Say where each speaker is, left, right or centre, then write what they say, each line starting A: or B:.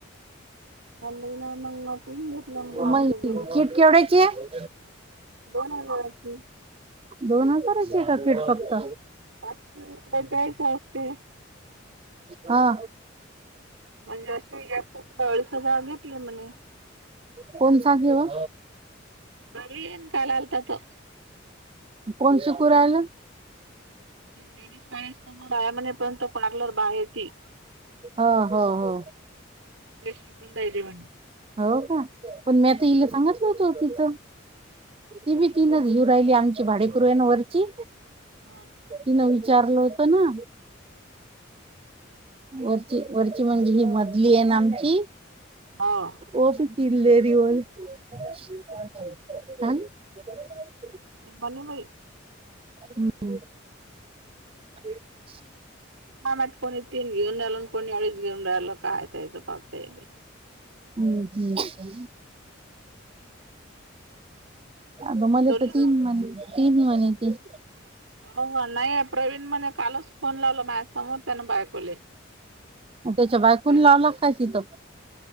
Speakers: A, on the right; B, on the right.
A: <unintelligible>
B: मग किट केवढ्याची आहे
A: दोन हजारांची.
B: दोन हजारांची का किट फक्त?
A: पाचाशे रुपये द्यायचे हाईत ते.
B: हा.
A: म्हणजे <unintelligible> अ अडीस हजार घेतले म्हणे.
B: कोण सांगे हो?
A: घरी इन काल आलता तो.
B: कोण शिकू रायलं?
A: ते दिडी शाळेसमोर आहे, म्हणे पण तो पार्लर बाहेर ती
B: ओ, हो हो.
A: तेच शिकून राहिले म्हणे.
B: हो का, पण म्या त तिला सांगतलं हुतं तिचं. तेबी
A: म्हणे
B: तीनच घेऊन घेऊन राहिली, आमची भाडेकरु आहे ना वरची
A: हा.
B: तिनं विचारलं होत ना वरची, वरची म्हणजे ही मधली आहे ना आमची
A: हाव
B: ओसी पील्लेरी वाले. <unintelligible>
A: बनुबाई
B: हम्म. <inaudible>
A: काय माहित कोणी तेन घेऊन राहिलं आणि कोणी अडीच घेऊन राहिलं काय त्याचं बगताय ते.
B: <unintelligible> अगं मले
A: जेवली
B: तर तीन
A: तू?
B: म्हणे, तीन म्हणे ती.
A: आव्वा नाय, प्रवीण म्हणे कालच फोन लावला माझ्यासमोर त्यानं बायकोले.
B: त्याच्या बायकोन
A: त्याले
B: लावला काय तीचं?